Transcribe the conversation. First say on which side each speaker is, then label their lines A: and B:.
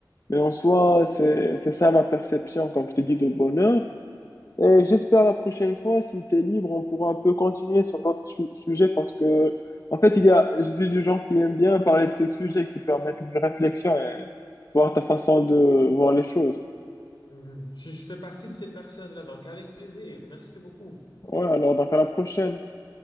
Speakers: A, on the left; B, on the left.
A: Mais en soi, c'est c'est ça ma perception, comme je t'ai dit, de bonheur. Et j'espère la prochaine fois, si tu es libre, on pourra un peu continuer sur d'autres su- sujets parce que, en fait, il y a, je suis du genre qui aime bien parler de ces sujets qui permettent une réflexion et voir ta façon de voir les choses.
B: Mhm. Je, je fais partie de ces personnes-là, donc avec plaisir. Merci beaucoup.
A: Ouais, alors donc à la prochaine.